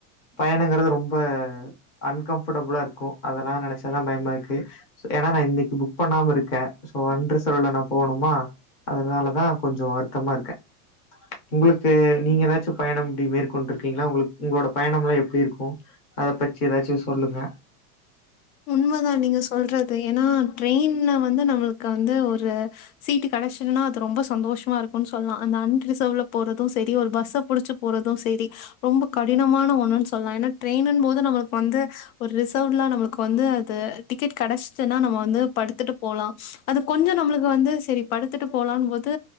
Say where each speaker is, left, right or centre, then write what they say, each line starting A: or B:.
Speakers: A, on the left (about 15°); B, on the left (about 70°).
A: பயணங்கறது ரொம்ப அன்கம்ஃபடபுளா இருக்கு அதெல்லா நெனச்ச தா பயமா இருக்கு ஏன்னா நா இன்னைக்கு புக் பண்ணாம இருக்க சோ அன்ரிசர்வ்ல நா போணுமா. அதனாலதா கொஞ்சோ வருத்தமா இருக்கே உங்களுக்கு நீங்க எதாச்சு பயணம் இப்டி மேற் கொண்டுருக்கீங்களா உங்களுக்கு உங்களோட பயணம்ல்லா எப்டி இருக்கு அத பற்றி எதாச்சு சொல்லுங்க
B: உண்மதா நீங்க சொல்றது ஏன்னா ட்ரெயின்ல வந்து நம்மளுக்கு வந்து ஒரு சீட்டு கெடச்சதுன்னா அது ரொம்ப சந்தோஷமா இருக்குனு சொல்லா அந்த அன்ரிசர்வ்ல போறது சரி. ஒரு பஸ்ஸ புடிச்சு போறது சரி ரொம்ப கடினமான ஒண்ணுன்னு சொல்லா ஏன்னா ட்ரெயின்னு போது நம்மளுக்கு வந்து ஒரு ரிசர்வ்லா நம்மளுக்கு வந்து அது டிக்கெட் கெடைச்சிதுன்னா நம்ம வந்து படுத்துட்டு போலா அது கொஞ்சோ நம்மளுக்கு வந்து சரி படு த்துட்டு போலா போது